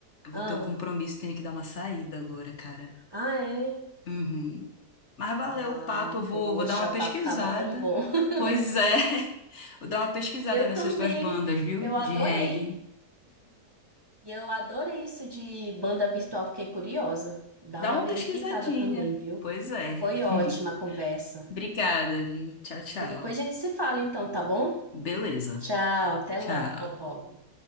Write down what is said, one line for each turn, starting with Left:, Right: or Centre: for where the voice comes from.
Left: Eu vou
Right: Ah,
Left: ter um compromisso, tenho que dar uma saída agora, cara.
Right: ah, é?
Left: Uhum. Mas valeu
Right: Ah,
Left: o papo, eu vou,
Right: poxa,
Left: vou dar uma
Right: o
Left: pesquisada.
Right: papo tava tão bom. <laughs>
Left: Pois é, <laughs> vou dar uma pesquisada
Right: Eu
Left: nessas
Right: também,
Left: tuas bandas, viu?
Right: eu
Left: De
Right: adorei.
Left: reggae.
Right: E eu adorei isso de banda virtual, fiquei curiosa. Dá
Left: Dá
Right: uma
Left: uma
Right: verificada
Left: pesquisadinha.
Right: também, viu?
Left: Pois é.
Right: Foi ótima
Left: <laughs>
Right: a conversa.
Left: Obrigada, viu? Tchau, tchau.
Right: Depois a gente se fala, então, tá bom?
Left: Beleza.
Right: Tchau, até
Left: Tchau.
Right: logo.